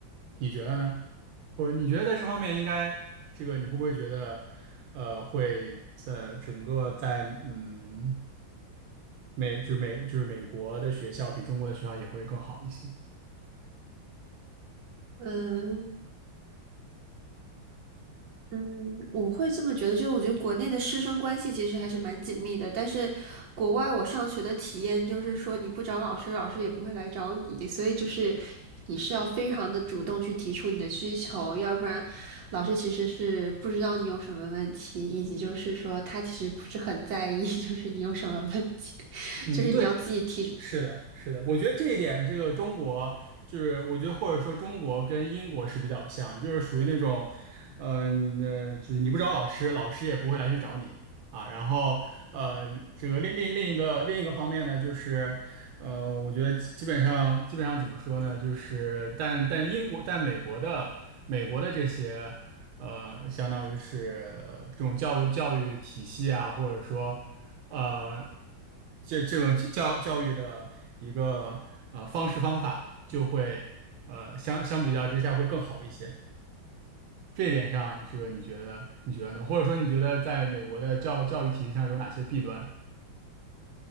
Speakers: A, on the right; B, on the right.
A: 你觉得呢？我你觉得在这方面应该这个你会不会觉得呃会在整个在嗯？美就是美就是美国的学校比中国的学校也会更好一些。
B: 嗯、嗯，我会这么觉得，就是我觉得国内的师生关系其实还是蛮紧密的，但是国外我上学的体验就是说，你不找老师，老师也不会来找你，所以就是你是要非常的主动去提出你的需求，要不然老师其实是不知道你有什么问题，以及就是说他其实不是很在意，<laughs> 就是你有什么问题，<laughs>
A: 嗯，
B: 就是你要自己提出
A: 对，是的，是的，我觉得这一点，这个中国就是，我觉得或者说中国跟英国是比较像，就是属于那种，嗯、呃，就是你不找老师，老师也不会来去找你啊。然后，呃，这个另另另一个另一个方面呢，就是，呃，我觉得基基本上基本上怎么说呢，就是但但英国但美国的美国的这些。呃，相当于是呃这种教育教育体系啊，或者说呃，这这种教教育的一个呃方式方法，就会呃相相比较之下会更好一些。这一点上，这个你觉得你觉得呢？或者说你觉得在美国的教教育体系上有哪些弊端？